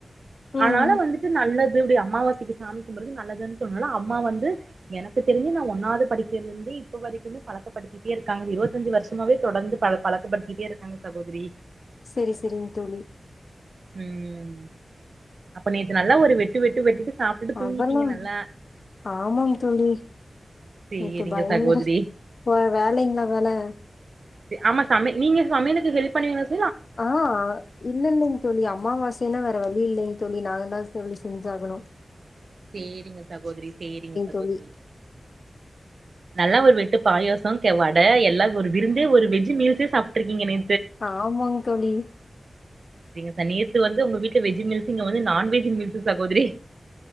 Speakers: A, on the left; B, on the right.
A: ம்
B: ஆனால வந்துட்டு நல்லது <unintelligible> அமாவாசைக்கு சாமிகும்புட்ரது நல்லது சொ அம்மா வந்து எனக்கு தெரிஞ்ச ஒன்னாவது படிக்கயில இருந்து இப்ப வரைக்குமே பழக்கப்படுத்திட்டே இருக்காங்க இருபத் தஞ்சு வருஷமாவே தொடர்ந்து பலக் பழக்கப்படுத்திட்டே இருக்காங்க சகோதரி
A: சரி சரிங்க தோழி
B: உம் அப்ப நேத்து நல்லா ஒரு வெட்டு வெட்டு வெட்டிட்டு சாப்ட்டுட்டு
A: அதெல்லாம்
B: தூங்கிட்டீங்க நல்லா
A: ஆமாம் தொழி
B: சேரிங்க
A: இப்ப பயங்கர
B: சகோதரி
A: போ வேலைங்கள வேலை
B: ஆமா சம நீங்க சமயலுக்கு ஹெல்ப் பண்னுவீங்களா ச
A: ஆஹ் இல்லலைங்க தோழி அம்மாவாசைன்னா வேற வழி இல்லைங்க தோழி நாங்க தான் தோழி செஞ்சாகணும்
B: சேரிங்க சகோதரி சேரிங்க சகோதரி
A: தோழி
B: நல்லா ஒரு வெட்டு பாயசம் கே வட ட எல்லா ஒரு விருந்தே ஒரு வெஜ் மீல்ஸே சாப் இருக்கீங்க நெ
A: ஆமாங் தோழி
B: ந நேத்து வந்து உங்க வீட்டுல வெஜ் மீல்ஸ்சு இங்க வந்து நான்வெஜ் மீல்ஸ்சு சகோதரி